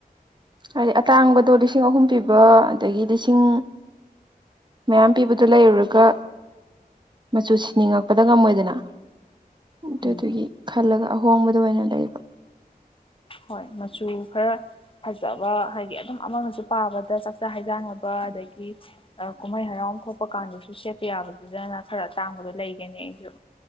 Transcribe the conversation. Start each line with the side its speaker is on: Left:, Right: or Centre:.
Right: ꯍꯥꯏꯗꯤ ꯑꯇꯥꯡꯕꯗꯣ ꯂꯤꯁꯤꯡ ꯑꯍꯨꯝ ꯄꯤꯕ ꯑꯗꯒꯤ ꯂꯤꯁꯤꯡ ꯃꯌꯥꯝ ꯄꯤꯕ ꯑꯗꯨ ꯂꯩꯔꯨꯔꯒ ꯃꯆꯨ ꯁꯤꯅꯤꯡꯉꯛꯄꯗ ꯉꯝꯃꯣꯏꯗꯅ ꯑꯗꯨꯗꯨꯒꯤ
Left: ꯎꯝ
Right: ꯈꯜꯂꯒ ꯑꯍꯣꯡꯕꯗꯣ ꯑꯣꯏꯅ ꯂꯩꯕ
Left: ꯍꯣꯏ ꯃꯆꯨ ꯈꯔ ꯐꯖꯕ ꯍꯥꯏꯗꯤ ꯑꯗꯨꯝ ꯑꯃꯒꯖꯨ ꯄꯥꯕꯗ ꯆꯥꯛꯆꯥ ꯍꯩꯖꯥꯟꯅꯕ ꯑꯗꯒꯤ ꯀꯨꯝꯍꯩ ꯍꯔꯥꯎ ꯊꯣꯛꯄ ꯀꯥꯟꯗꯁꯨ ꯁꯦꯠꯄ ꯌꯥꯕꯗꯨꯗꯅ ꯈꯔ ꯑꯇꯥꯡꯕꯗꯣ ꯂꯩꯒꯦꯅ ꯑꯩꯖꯨ